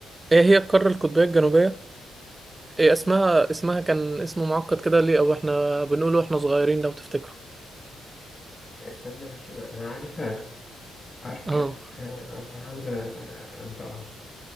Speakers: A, on the right (about 20°); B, on the left (about 25°).
A: ايه هي القارة القطبية الجنوبية إيه اسمها اسمها كان اسم معقد كده ليه او احنا بنقوله واحنا صغيرين لو تفتكروا
B: استنى عشان انا عارف أرك
A: اه
B: آه، أنا عاوزة أنطقها